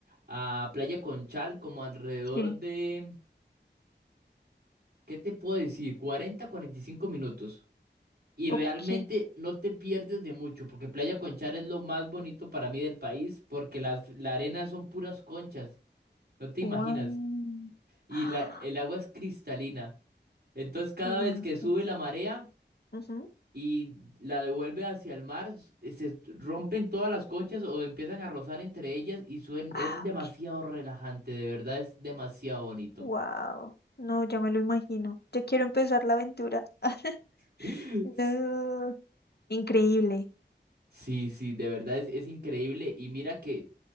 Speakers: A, on the right (about 60°); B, on the left (about 60°).
A: a Playa Conchal como alrededor
B: Sí.
A: de, ¿qué te puedo decir? 40, 45 minutos. Y realmente
B: Ok.
A: no te pierdes de mucho, porque Playa Conchar es lo más bonito para mí del país, porque las, la arena son puras conchas, no te
B: Wow.
A: imaginas. Y
B: Ah,
A: la, el agua es cristalina. Entonces cada
B: no
A: vez
B: entiendo.
A: que sube la marea
B: Ujú.
A: y la devuelve hacia el mar, s- eh, se rompen todas las conchas o empiezan a rozar entre ellas y suelen,
B: Ah,
A: es demasiado relajante, de verdad es demasiado bonito.
B: wow. No, ya me lo imagino. Ya quiero empezar la aventura. <laughs>
A: <laughs>
B: No. Increíble.
A: Sí, sí, de verdad es, es increíble. Y mira que,